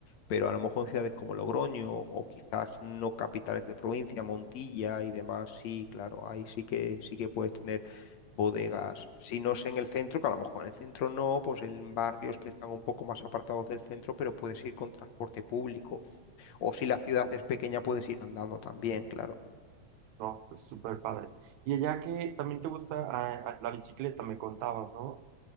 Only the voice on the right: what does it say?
No, pues súper padre. Y allá que también te gusta ah, ah, la bicicleta, me contabas, ¿no?